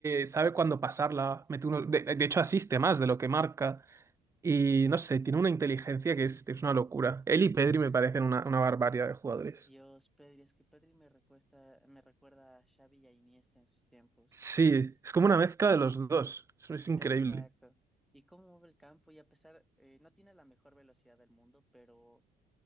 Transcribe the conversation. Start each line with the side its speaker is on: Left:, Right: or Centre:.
Right: sabe cuándo pasarla. Mete uno, de, de hecho, asiste más de lo que marca. Y no sé, tiene una inteligencia que es, es una locura. Él y Pedri me parecen una, una barbaridad de jugadores.
Centre: Dios, Pedri, es que Pedri me recuesta, me recuerda a Xavi y a Iniesta en sus tiempos.
Right: Sí, es como una mezcla de los dos. Eso es increíble.
Centre: Exacto. Y cómo mueve el campo, y a pesar, eh, no tiene la mejor velocidad del mundo, pero